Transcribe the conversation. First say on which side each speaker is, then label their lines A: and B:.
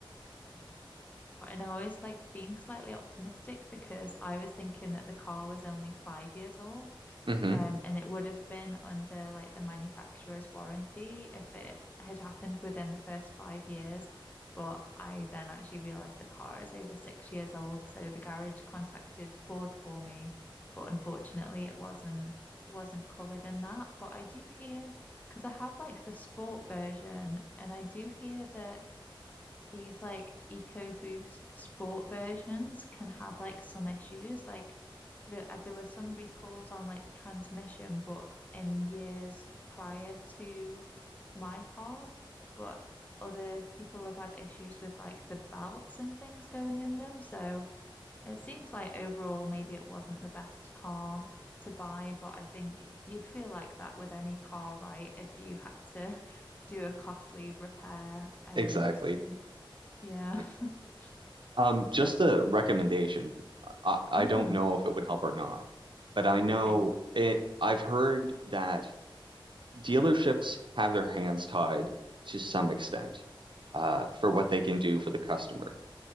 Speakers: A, on the left; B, on the right.
A: Yeah, for sure. And I was like being slightly optimistic because I was thinking that the car was only five years old,
B: hmm
A: um, and it would have been under like the manufacturer's warranty if it had happened within the first five years. But I then actually realized the car is over six years old, so the garage contacted Ford for me, but unfortunately it wasn't wasn't covered in that. But I do hear because I have like the sport version, and I do hear that these like EcoBoost sport versions can have like some issues. Like the, uh, there were some recalls on like the transmission, but in years prior to my car, but other people have had issues with like the belts and things going in them. So it seems like overall, maybe it wasn't the best car to buy, but I think you'd feel like that with any car, right? If you had to <laughs> do a costly repair. Um,
B: Exactly.
A: yeah.
B: Exactly.
A: <laughs>
B: Um, just a recommendation. I, I
A: Mm,
B: don't know if it would help or not, but I know
A: okay.
B: it, I've heard that dealerships have their hands tied to some extent uh, for
A: Okay.
B: what they can do for the customer.